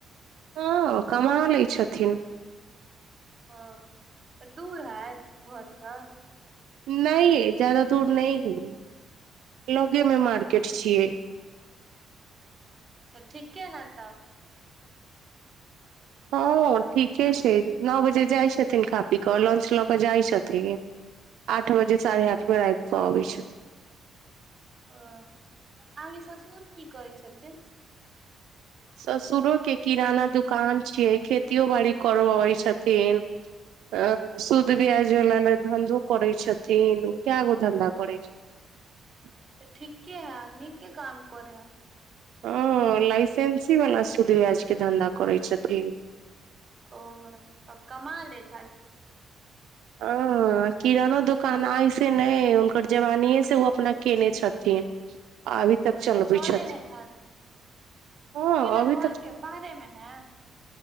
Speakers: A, on the right; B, on the right.
A: हँ, कमा लै छथिन।
B: ओ तऽ दूर हय घरसँ?
A: नहि यै, जादा दूर नहि हइ। लगेमे
B: ओ
A: मार्केट छियै।
B: तऽ ठिक्के हए तऽ।
A: हँ ओ ठीके
B: अ,
A: छै। नओ बज जे जाइ छथिन खा पी कऽ, लंच लऽ कऽ जाइ छथिन। आठ बजे साढ़े
B: ओ
A: आठमे आइब अबइ छैत।
B: ओ अहाँके ससुर की करै छथिन?
A: ससुरो के किराना दुकान छियै, खेतियो बाड़ी करवाबै छथिन। अ शुध ब्याजवला लेल धंधो करै छथिन। ऊ कए गो धन्धा करै छथिन।
B: तऽ ठिक्के हए, नीके काम करे हय।
A: ह लाइसेंसी वला सूद-ब्याजके धन्धा करै छथिन।
B: ओ तऽ कमा लैत हैत किछ?
A: ह किरानो दोकान आइसे नहि हइ, हुनकर जवानीएसँ ओ अपना केने छथिन। आ अभी तक चलबै
B: तऽ चले
A: छथिन
B: हए खर्च?
A: हँ
B: <unintelligible>
A: अभी
B: घरके बाहरेमे हए?